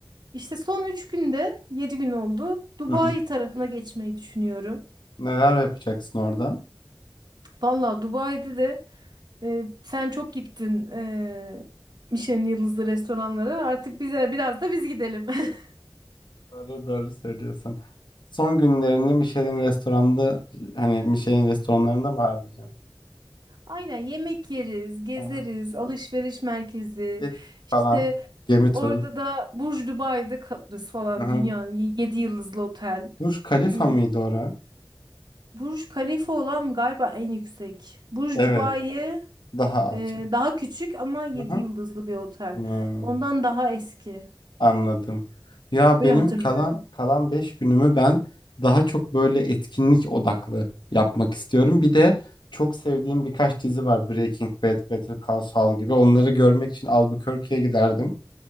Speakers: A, on the right (about 70°); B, on the left (about 80°).
A: İşte son üç günde yedi gün oldu. Dubai
B: hı hı.
A: tarafına geçmeyi düşünüyorum.
B: Neler yapacaksın orada?
A: Valla Dubai'de de e, sen çok gittin e, Michelin yıldızlı restoranlara. Artık bize biraz da biz gidelim. <laughs>
B: Doğru doğru söylüyorsun. Son günlerini Michelin restoranda hani Michelin restoranlarında mı harcayacaksın?
A: Aynen yemek yeriz, gezeriz,
B: Hı hı.
A: alışveriş merkezi.
B: Jet
A: İşte
B: falan. Gemi turu.
A: orada da Burj Dubai'de kalırız falan
B: Hı hı.
A: dünyanın 7 yıldızlı otel.
B: Burj Khalifa
A: Hani
B: mıydı orası?
A: Burj Khalifa olan galiba en yüksek. Burj
B: Evet.
A: Dubai
B: Daha
A: e,
B: alçak.
A: daha küçük ama yedi
B: Hı hı.
A: yıldızlı bir otel.
B: Hmm.
A: Ondan daha eski.
B: Anladım. Ya
A: Öyle
B: benim
A: hatırlıyorum.
B: kalan kalan 5 günümü ben daha çok böyle etkinlik odaklı yapmak istiyorum. Bir de çok sevdiğim birkaç dizi var. Breaking Bad, Better Call Saul gibi. Onları görmek için Albuquerque'ye giderdim.